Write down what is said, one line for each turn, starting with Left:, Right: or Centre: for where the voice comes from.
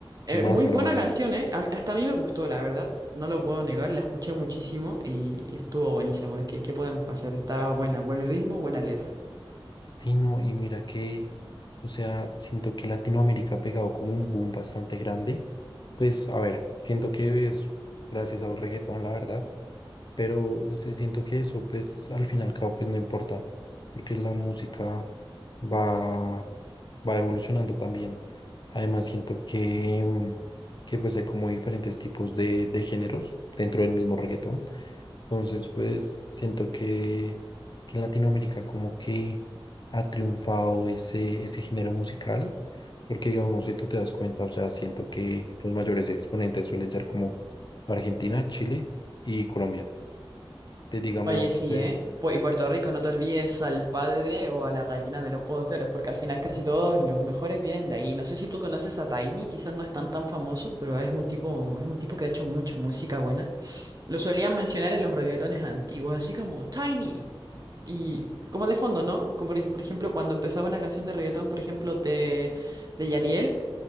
Right: Eh,
Left: temazo,
Right: muy buena
Left: la verdad.
Right: canción, ¿eh? A- hasta a mí me gustó, la verdad. No lo puedo negar, la escuché muchísimo y, y estuvo buenísimo. ¿Qué, qué podemos hacer? Estaba buena, buen ritmo, buena letra.
Left: Sí, no, y mira que, o sea, siento que Latinoamérica ha pegado como un boom bastante grande. Pues, a ver, siento que es gracias al reggaetón, la verdad, pero o sea, siento que eso, pues, al fin y al cabo, pues, no importa, porque la música va, va evolucionando también. Además, siento que, mm, que pues, hay como diferentes tipos de, de géneros dentro del mismo reggaetón. Entonces, pues siento que, que en Latinoamérica como que ha triunfado ese, ese género musical, porque digamos, si tú te das cuenta, o sea, siento que los mayores exponentes suelen ser como Argentina, Chile y Colombia. Te digamos,
Right: Oye, sí,
Left: pues,
Right: ¿eh? Pu- Y Puerto Rico, no te olvides al padre o a la gallina de los huevos de oro, porque al final casi todos los mejores vienen de ahí. No sé si tú conoces a Tiny, quizás no es tan tan famoso, pero es un tipo, es un tipo que ha hecho mucho música buena. Lo solían mencionar en los reggaetones antiguos, así como Tiny. Y como de fondo, ¿no? Como por ej- por ejemplo, cuando empezaba una canción de reggaetón, por ejemplo, de, de Yadiel,